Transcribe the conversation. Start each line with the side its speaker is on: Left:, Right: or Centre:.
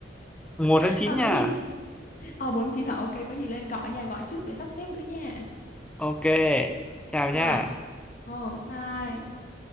Centre: mùng một tháng chín
Left: Thôi
Centre: nha
Left: có gì, ờ muốn chỉ là ok, có gì lên gọi nha, gọi trước để sắp xếp nữa nha.
Centre: ok chào nha
Left: Rồi, ồ, bye bye.